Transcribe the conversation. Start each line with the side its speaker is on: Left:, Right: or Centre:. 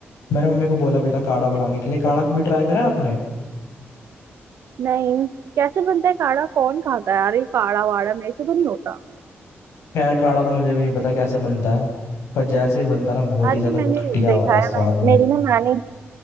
Left: मैंने मम्मी को बोला भी था काढ़ा बनाने
Right: क्यों
Left: के
Right: कैसे
Left: लिए काढ़ा
Right: हो
Left: कभी ट्राई करा आपने
Right: नहीं कैसे बनता है काढ़ा कौन खाता है अरे काढ़ा वाड़ा मेरे से तो नहीं होता
Left: खैर काढ़ा तो मुझे भी नहीं पता कैसे बनता है पर जैसे ही बनता ना बहुत
Right: अरे
Left: ही ज्यादा
Right: मैंने
Left: घटिया
Right: देखा
Left: होता है
Right: है
Left: स्वाद
Right: मैं मेरी
Left: में
Right: ना नानी